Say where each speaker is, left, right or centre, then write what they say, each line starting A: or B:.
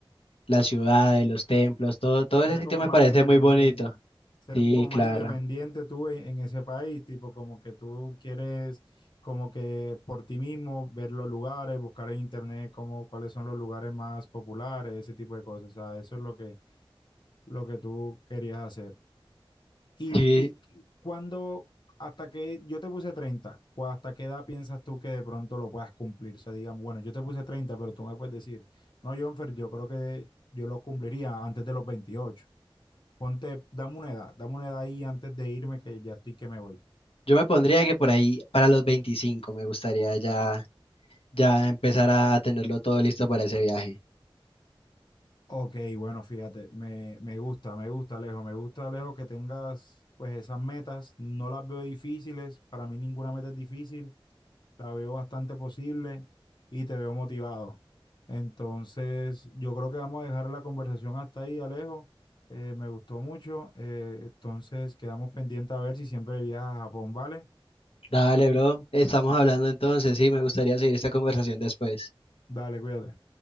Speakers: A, on the left (about 80°); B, on the left (about 50°).
A: las ciudades, los templos, todo, todo
B: Ser
A: ese sitio
B: como
A: me
B: más
A: parece
B: independiente.
A: muy bonito.
B: Ser
A: Sí,
B: como más
A: claro.
B: independiente tú en, en ese país, tipo como que tú quieres como que por ti mismo ver los lugares, buscar en internet como cuáles son los lugares más populares, ese tipo de cosas. O sea, eso es lo que, lo que tú querías hacer. Y,
A: Sí,
B: y cuando, hasta que yo te puse 30, ¿cu- ¿hasta qué edad piensas tú que de pronto lo puedas cumplir? O sea, digamos, bueno, yo te puse 30, pero tú me puedes decir, no, Jonfer, yo creo que yo lo cumpliría antes de los 28. Ponte, dame una edad, dame una edad ahí antes de irme que ya estoy que me voy.
A: yo me pondría que por ahí para los 25 me gustaría ya, ya empezar a tenerlo todo listo para ese viaje.
B: Ok, bueno, fíjate, me, me gusta, me gusta, Alejo, me gusta, Alejo, que tengas pues esas metas, no las veo difíciles, para mí ninguna meta es difícil la veo bastante posible y te veo motivado. Entonces, yo creo que vamos a dejar la conversación hasta ahí, Alejo. Eh, me gustó mucho. eh, entonces, quedamos pendientes a ver si siempre viajas a Japón, ¿vale?
A: Dale, bro. Estamos hablando entonces. Sí, me gustaría seguir esta conversación después.
B: Dale, cuídate.